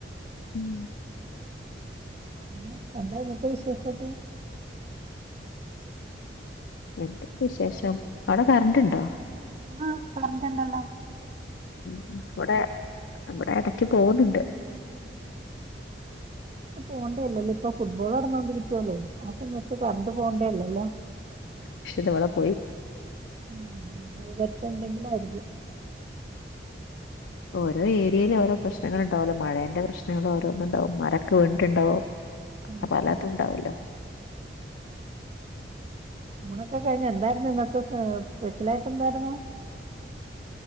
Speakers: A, on the left (about 85°); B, on the right (about 35°).
A: ഉം
B: പിന്നെ എന്താ <unintelligible> വിശേഷോക്കെ?
A: എന്ത് വിശേഷം അവിടെ കറണ്ട് ഉണ്ടോ?
B: ആഹ, കരണ്ടുണ്ടല്ലോ.
A: മ്മ് മ്മ് വിടെ എടക്ക് പോവുന്നുണ്ട്.
B: പോണ്ടേല്ലല്ലോ ഇപ്പൊ ഫുട്ബോൾ <unintelligible> ആ സമയത്ത് കരണ്ട് പോണ്ടേല്ലല്ലോ.
A: പക്ഷെ ഇത് ഇവിടെ പോയി
B: <unintelligible> എന്തെകിലും ആയിരിക്കും.
A: ഓരോ ഏരിയേൽ. ഓരോ പ്രശ്നങ്ങൾ ഉണ്ടാവല്ലോ മഴേന്റെ പ്രശ്നങ്ങൾ ഓരോന്നും ഉണ്ടാവും, മരഒകെ വീണിട്ടുണ്ടാാവും.
B: ആഹ്
A: പലതുംഉണ്ടാവല്ലോ.
B: ആഹ് ഊണ്ഒകെ കഴിഞ്ഞോ എന്തായിരുന്നു ഇന്നത്തെ സ്പെഷ്യലായിട്ട് എന്തായിരുന്നു?